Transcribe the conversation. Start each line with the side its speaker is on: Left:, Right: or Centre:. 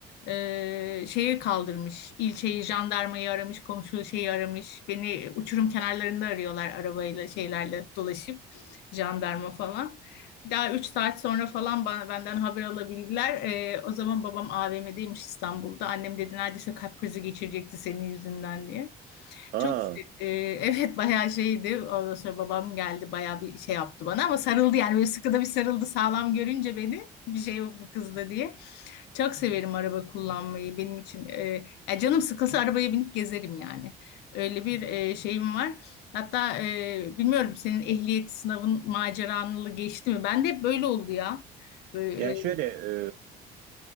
Left: Ee, şeyi kaldırmış, ilçeyi, jandarmayı aramış, komşu şeyi aramış. Beni uçurum kenarlarında arıyorlar arabayla, şeylerle dolaşıp, jandarma falan. Bir daha 3 saat sonra falan bana, benden haber alabildiler. Ee, o zaman babam AVM'deymiş İstanbul'da. Annem dedi neredeyse kalp krizi geçirecekti senin yüzünden diye.
Right: Aa,
Left: Çok e, evet bayağı şeydi. Ondan sonra babam geldi bayağı bir şey yaptı bana ama sarıldı yani böyle sıkıda bir sarıldı sağlam görünce beni <laughs> bir şey yok bu kızda diye. Çok severim araba kullanmayı benim için. E, ya canım sıkılsa arabaya binip gezerim yani. Öyle bir e, şeyim var. Hatta e, bilmiyorum senin ehliyet sınavın maceranlı geçti mi? Ben de hep böyle oldu ya. Böyle,
Right: yani
Left: e,
Right: şöyle e,